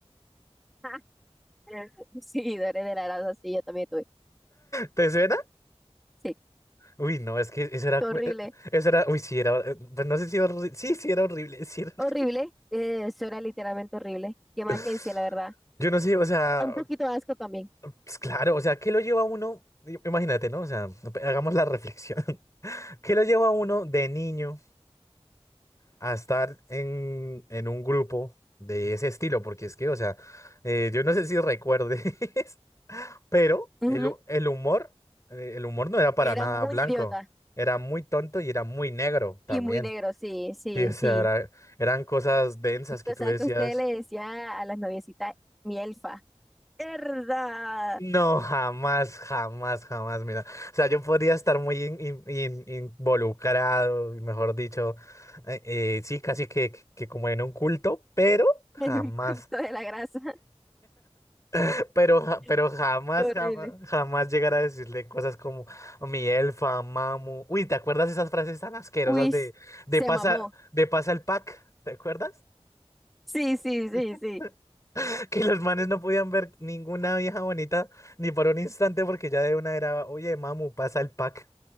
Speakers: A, in the centre; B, on the left.
A: <laughs> Seguidores de la grasa, sí, yo también tuve.
B: <laughs> ¿Te suena?
A: Sí,
B: Uy, no, es que eso era,
A: horrible.
B: eh, eso era, uy, sí, era, eh, pues no sé si horrible, sí, sí era horrible, <laughs> sí era horrible.
A: Horrible. eh, eso era literalmente horrible. Que Mackenzie,
B: <laughs>
A: la verdad.
B: Yo no sé, o sea,
A: Un poquito de asco también.
B: pues claro, o sea, ¿qué lo lleva a uno? I- Imagínate, ¿no? O sea, hagamos la reflexión. <laughs> ¿Qué lo lleva a uno de niño a estar en, en un grupo de ese estilo? Porque es que, o sea, eh, yo no sé si recuerdes, <laughs> Pero el,
A: Ujú,
B: hu- el humor, eh, el humor no era para
A: Era
B: nada
A: muy
B: blanco,
A: idiota
B: era muy tonto y era muy negro también.
A: y muy negro, sí, sí,
B: Sí, o
A: sí.
B: sea, era- eran cosas densas
A: O
B: que tú
A: sea,
B: decías.
A: que usted le decía a las noviecitas, mi elfa. ¡Herda!
B: No,
A: <laughs>
B: jamás, jamás, jamás, mira. O sea, yo podría estar muy in- in- in- involucrado, mejor dicho, eh, eh, sí, casi que, que como en un culto, pero jamás,
A: Me dio culto <laughs> de la grasa.
B: <laughs> Pero, ja-
A: <laughs>
B: pero jamás,
A: Qué horrible.
B: jamás, jamás llegar a decirle cosas como mi elfa, mamu. Uy, ¿te acuerdas esas frases tan asquerosas
A: Uy,
B: de, de
A: se
B: pasa,
A: mamó.
B: de pasa el pack? ¿Te acuerdas?
A: Sí, sí, sí,
B: <laughs>
A: sí.
B: Que los manes no podían ver ninguna vieja bonita ni por un instante porque ya de una era, oye, mamu, pasa el pack.